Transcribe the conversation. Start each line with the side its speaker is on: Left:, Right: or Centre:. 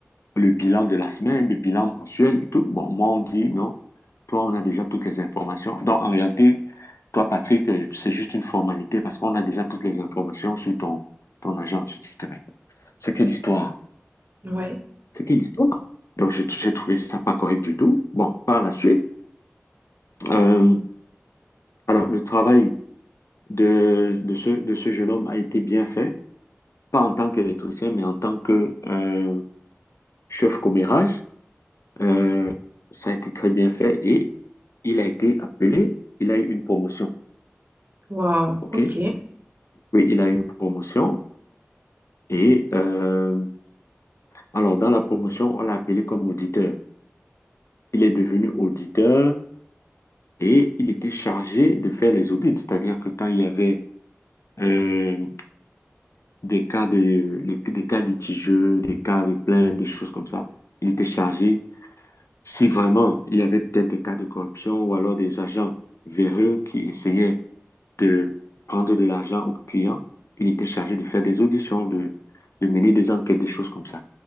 Left: le bilan de la semaine, le bilan mensuel et tout, bon, moi, on dit non, toi, on a déjà toutes les informations. Donc, en réalité, toi, Patrick, euh, c'est juste une formalité parce qu'on a déjà toutes les informations sur ton, ton agence. Je dis, Putain, mais c'est quelle histoire?
Right: mm. Ouais,
Left: C'est quelle histoire? Donc, j'ai j'ai trouvé ça pas correct du tout. Bon, par la suite, euh, Alors, le travail de, de ce, de ce jeune homme a été bien fait, pas en tant qu'électricien, mais en tant que euh, chef commérage. Euh, ça a été très bien fait et il a été appelé, il a eu une promotion.
Right: wow,
Left: OK?
Right: ok.
Left: Oui, il a eu une promotion. Et euh, alors, dans la promotion, on l'a appelé comme auditeur. Il est devenu auditeur et il était chargé de faire les audits, c'est-à-dire que quand il y avait euh, des cas de, des, des cas litigieux, des cas de plaintes, des choses comme ça. Il était chargé, si vraiment il y avait peut-être des cas de corruption ou alors des agents véreux qui essayaient de prendre de l'argent aux clients, il était chargé de faire des auditions, de, de mener des enquêtes, des choses comme ça.